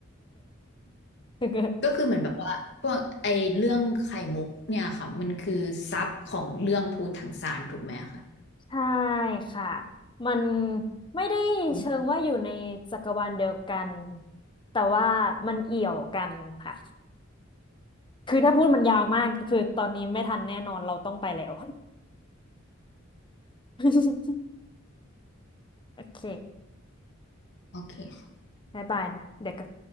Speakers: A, on the left; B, on the left.
A: <laughs>
B: ก็คือเหมือนแบบว่าพวกไอเรื่องไข่มุกเนี่ยค่ะมันคือซับของเรื่องภูถังซานถูกไหมคะ
A: ใช่ค่ะมันไม่ได้เชิงว่าอยู่ในจักรวาลเดียวกัน
B: อืม
A: แต่ว่ามันเอี่ยวกันค่ะคือถ้าพูดมันยาวมากคือตอนนี้ไม่ทันแน่นอนเราต้องไปแล้ว <laughs> โอเค
B: โอเค
A: บายบายนะเดี๋ยวกลับ